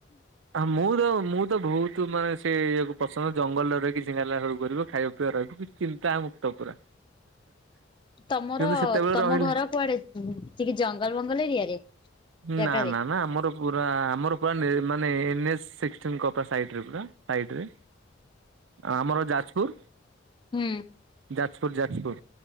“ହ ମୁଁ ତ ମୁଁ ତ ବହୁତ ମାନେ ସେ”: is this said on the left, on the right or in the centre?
Right